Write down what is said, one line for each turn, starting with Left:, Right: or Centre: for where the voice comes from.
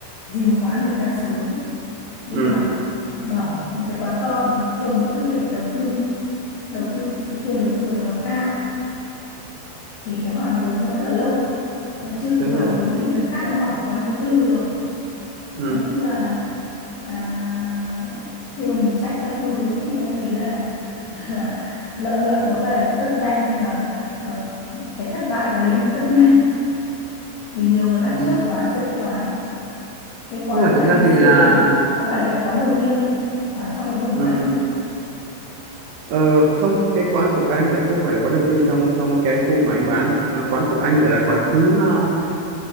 Left: dìm quán của người ta xuống nhưng
Right: ừ
Left: mà mở một cái quán to thì nó đồng nghĩa việc là đầu tư đầu tư số tiền đầu tư vào đấy nó cao thì cái hoàn vốn nó rất là lâu mà chưa kịp
Right: đúng
Left: hoàn
Right: rồi
Left: vốn thì người khác đã mở quán thứ tư rồi
Right: ừ
Left: nói chung là à, khi mà mình chạy theo xu hướng ấy, thì em thấy là <laughs> là lợi nhuận nó về cũng rất nhanh nhưng mà ờ, cái thất bại nó đến cũng rất nhanh vì nhiều người bắt
Right: ừ.
Left: chước quá dễ quá cái quán
Right: không phải
Left: của
Right: thực
Left: anh
Right: ra
Left: ngày xưa
Right: thì là
Left: ấy thì có phải là cái quán đầu tiên không ở trong cái vùng
Right: ừ.
Left: của anh ấy.
Right: ờ, không cái quán của anh lại không phải là quán đầu tiên trong trong cái khu mà anh bán Ờ, quán của anh lại là quán thứ ờ,